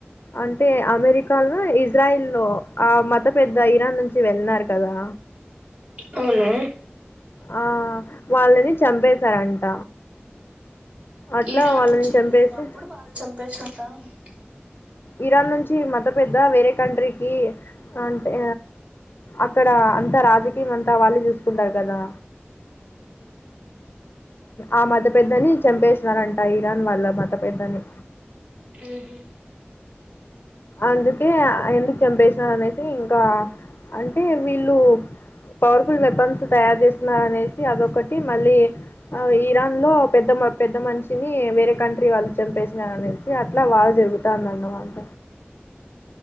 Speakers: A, on the left; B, on the right.
A: అంటే అమెరికాలో ఇజ్రాయిల్ లో ఆ మత పెద్ద ఇరాన్ నుంచి వెళ్ళన్నారు కదా కదా
B: అవును
A: ఆ వాళ్ళని చంపేశారంట అట్లా
B: ఇరాన్
A: వాళ్ళని
B: నుంచి
A: చంపేసి
B: వెళ్ళినప్పుడు వాళ్ళు చంపే <unintelligible>
A: ఇరాన్ నుంచి మత పెద్ద వేరే కంట్రీకి అంటే అక్కడ అంతా రాజకీయం అంతా వాళ్ళు చూసుకుంటారు కదా ఆ మత పెద్దని చంపేసినారంట ఇరాన్ వాళ్ళ మత పెద్దని
B: ఆహ
A: అందుకే ఎందుకు చంపేసినారు అనేసి ఇంకా అంటే వీళ్ళు పవర్ఫుల్ మబన్స్ తయారు చేస్తున్నారు అనేసి అదొకటి మళ్ళీ ఆ ఇరాన్ లో పెద్ద పెద్ద మనిషిని వేరే కంట్రీ వాళ్ళు చంపేసిన అనేసి అట్లా వార్ జరుగుతందన్నమాట